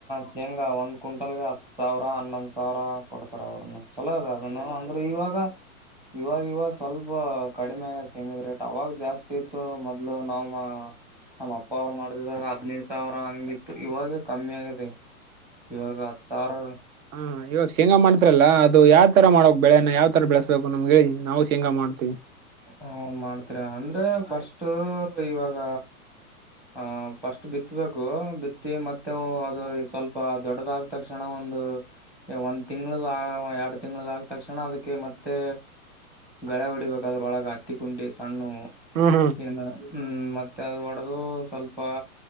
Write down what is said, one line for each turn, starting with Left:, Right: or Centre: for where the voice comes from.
Centre: ಸೇಂಗಾ ಒಂದು ಕ್ವಿಂಟಲ್ಗೆ ಹತ್ ಸಾವಿರ ಹನ್ನೊಂದ್ ಸಾವಿರ ಕೊಡ್ತಾರ ಅವ್ರನ್ನ ಚಲೋ ಅದ ಅದನ್ನ ಅಂದ್ರೆ ಇವಾಗ ಇವಾಗ ಇವಾಗ ಸ್ವಲ್ಪ ಕಡಿಮೆ ಆಗ ಸೆಂಗದ್ ರೇಟ್ ಅವಾಗ ಜಾಸ್ತಿ ಇತ್ತು ಮೊದ್ಲು ನಮ್ ನಮ್ಮ ಅಪ್ಪ ಅವ್ರು ಮಾಡ್ದಿದಾಗ ಹದ್ನೈದು ಸಾವಿರ ಹಂಗಿತ್ತು ಇವಾಗ ಕಮ್ಮಿ ಆಗದೆ ಇವಾಗ ಹತ್ ಸಾವಿರ
Right: ಹಾ ಇವಾಗ ಶೇಂಗಾ ಮಾಡ್ತಿರಲ್ಲ ಅದು ಯಾವ ತರ ಮಾಡಕ್ ಬೆಳೆನ ಯಾವ್ ತರ ಬೆಳೆಸ್ಬೇಕು ನಮ್ಗೆ ಹೇಳಿ ನಾವು ಶೇಂಗಾ ಮಾಡ್ತೀವಿ
Centre: ಹ್ಮ ಮಾಡ್ತರಿ ಅಂದ್ರೆ ಫಸ್ಟ್ ಇವಾಗ ಹ ಫಸ್ಟ್ ಬಿತ್ತಬೇಕು ಬಿತ್ತಿ ಮತ್ತೆ ಅವು ಅದು ಸ್ವಲ್ಪ ದೊಡ್ಡದಾಗ್ ತಕ್ಷಣ ಒಂದು ಒಂದ್ ತಿಂಗ್ಳ ಎರಡ್ ತಿಂಗ್ಳದ ಆಗ್ ತಕ್ಷಣ ಅದಕ್ಕೆ ಮತ್ತೆ ಗಳೆ ಹೊಡಿಬೇಕ ಅದ್ರ ಒಳಗ ಹತ್ತಿ ಕುಂಟಿ ಸಣ್ಣವು
Right: ಹ್ಮ್
Centre: ಏನುರ ಹ್ಮ್ ಮತ್ತೆ ಅದು ಹೊಡೆದು ಸ್ವಲ್ಪ